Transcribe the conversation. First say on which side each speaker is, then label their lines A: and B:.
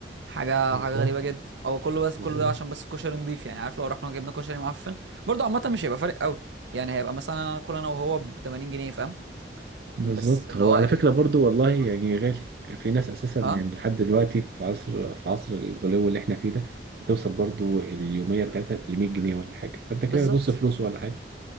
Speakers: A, on the right (about 85°); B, on the right (about 55°).
A: حاجة
B: بالظبط
A: حاجة غريبة جدا هو كله بس كله
B: بالظبط
A: ده عشان بس الكشري نضيف يعني عارف لو رحنا جبنا كشري معفن برضه عامة مش هيبقى فارق أوي يعني هيبقى مثلا أنا كل أنا وهو ب 80 جنيه فاهم بس
B: بالظبط
A: اللي
B: هو
A: هو
B: على
A: إيه
B: فكرة برضو والله يعني
A: أه
B: غالي في ناس أساسا
A: آه،
B: يعني لحد دلوقتي في عصر في عصر الغلو اللي احنا فيه ده بتوصل برضو اليومية بتاعتها ل 100 جنيه ولا حاجة فأنت كده
A: بالظبط
B: نص فلوس ولا حاجة